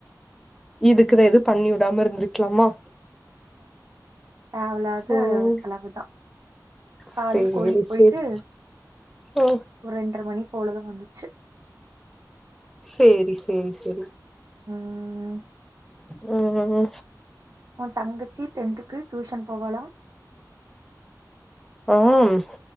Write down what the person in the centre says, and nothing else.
இதுக்குத எது பண்ணி விடாம இருந்திருக்கலாமா
ம்
சேரி
சேரி ஓ
சேரி சேரி செரி
ம்ம்ம் ஹூ
ம்ம்